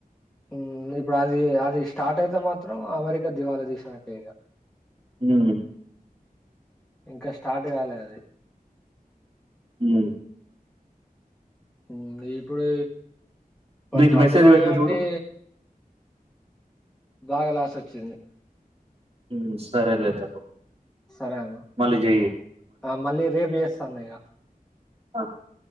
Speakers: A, in the centre; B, on the right.
A: ఉమ్ ఇప్పుడది అది స్టార్ట్ అయితే మాత్రం అమెరికా దివళా తీసినట్టే ఇగ
B: ఉమ్
A: ఇంకా స్టార్ట్ కాలే అది
B: ఉమ్
A: ఉమ్ ఇప్పుడు
B: నీకు
A: ట్రంప్
B: మెసేజ్
A: గాడు
B: పెట్టిన
A: చెబట్టి
B: చూడు
A: బాగా లాస్చ్చింది
B: ఉమ్ సరే లే తమ్ముడు
A: సరే అన్న
B: మళ్ళీ చెయ్యి
A: ఆ మళ్ళీ రేప్ చేస్తాన్న ఇగ
B: అ